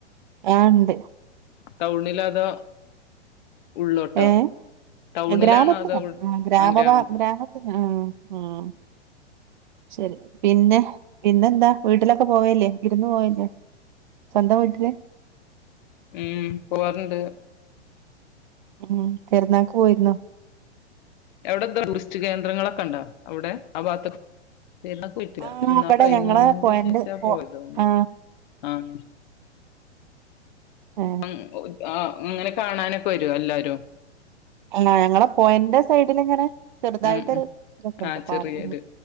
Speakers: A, on the right; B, on the left.
A: ആ ഉണ്ട്
B: ടൗണിലാ അതോ ഉള്ളോട്ടോ
A: ഏഹ
B: ടൗണിലാണോ
A: ഗ്രാമത്തില
B: അതോ ഉൾ
A: ആഹ ഗ്രാമവാ
B: ആ ഗ്രാമത്ത്
A: ഗ്രാമത്തിൽ അഹ ആഹ ഉം ശരി പിന്നെ പിന്നെന്താ വീട്ടിലൊക്കെ പോവേല്ലേ വിരുന്ന് പോവേല്ലേ? സ്വന്തം വീട്ട്ല്
B: ഉം പോവാലുണ്ട്
A: ഉം പെരുന്നാക്ക് പോയിരുന്നോ
B: അവടെന്ത ടൂറിസ്റ്റ് കേന്ദ്രങ്ങളൊക്കെണ്ടോ അവിടെ ആ ഭാത്തൊക്കെ? പൊയിട്ടില്ല
A: ആ
B: പെരുന്നാൾ
A: ഇവിടെ
B: കയ്ഞ്ഞീൻ്റെ
A: ഞങ്ങളെ പൊഴന്റെ
B: ശേഷാ
A: പൊ
B: പോയതോന്ന്ണ്
A: ആ
B: ആഹ
A: ഏ
B: അങ് ആഹ അങ്ങനെ കാണാനൊക്കെ വരോ എല്ലാരും
A: അല്ല ഞങ്ങളെ പുഴൻ്റെ സൈഡിലിങ്ങനെ ചെറുതായിട്ടൊരു
B: ഉം ഉം
A: ഇതൊക്കെണ്ട്
B: ആ ചെറിയൊരു
A: പാരൽ